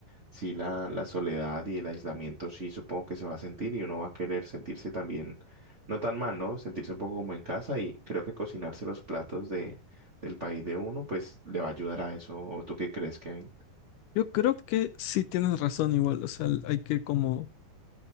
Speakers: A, on the right; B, on the left.
A: sí la, la soledad y el aislamiento sí supongo que se va a sentir y uno va a querer sentirse también, no tan mal, ¿no? Sentirse un poco como en casa y creo que cocinarse los platos de, del país de uno, pues le va a ayudar a eso. ¿O tú qué crees, Kevin?
B: yo creo que sí tienes razón igual, o sea, hay que como,